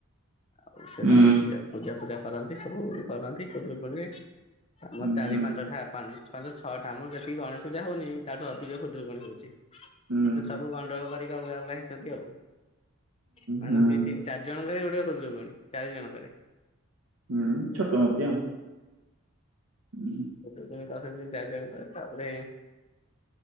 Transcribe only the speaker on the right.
ହୁଁ
ହୁଁ
ହୁଁ।
ହୁଁ
ହୁଁ ହୁଁ
ହୁଁ ଛୋଟ ମୂର୍ତ୍ତି ଆଉ। ହୁଁ